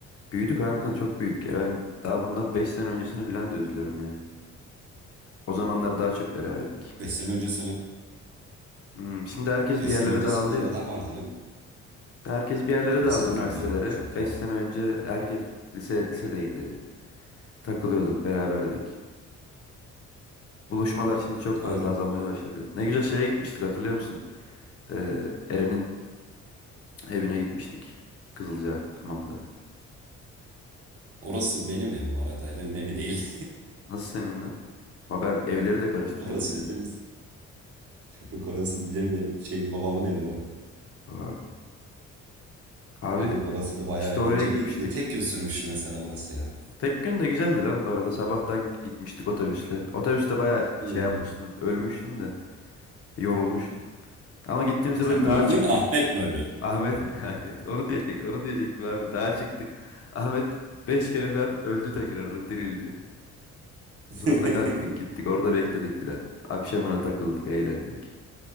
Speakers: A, on the left; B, on the right.
A: Büyüdük harbiden çok büyüdük ya. Ben daha bundan 5 sene öncesini bilen de üzülüyorum yani. O zamanlar daha çok beraberdik.
B: Beş sene öncesine.
A: Hmm, şimdi herkes
B: Beş
A: bir yerlere
B: sene öncesinde
A: dağıldı ya.
B: neler vardı ya?
A: İşte herkes bir yerlere
B: Orası
A: dağıldı
B: da
A: üniversitelere.
B: doğru ya. Çok dağıldık.
A: 5 sene önce herkes lise lisedeydi. Takılıyorduk, beraberdik. Buluşmalar şimdi çok fazla
B: Aynen
A: azalmaya
B: öyle.
A: başladı. Ne güzel şeye gitmiştik hatırlıyor musun? Ee, Eren'in evine gitmiştik. Kızılca hamamda.
B: Orası benim ev bu arada. Eren'in evi değil.
A: Nasıl seninle? Ama ben evleri de karıştırıyorum
B: <laughs> Orası
A: ya.
B: benim, yok orası benim ev. Şey babamın evi orası.
A: Aa. Abi
B: Abi orası da bayağı
A: işte
B: eğlenceliydi
A: oraya gitmiştik.
B: de tek gün sürmüştü mesela orası ya.
A: Tek gün de güzeldi lan bu arada. Sabahtan gitmiştik otobüsle. Otobüste baya
B: Hmm.
A: şey yapmıştım. Ölmüştüm de. Yorulmuştum. Ama gittiğimizde
B: Sen
A: böyle dağa
B: mi öldün,
A: çıktık.
B: Ahmet mi öldü?
A: Ahmet, <laughs> Ahmet onu diyecektim, onu diyecektim abi. Dağa çıktık. Ahmet 5 kere falan öldü tekrardan dirildi. Sonra
B: <laughs>
A: kalktık gittik orada bekledik filan. Akşamına takıldık eğlendik.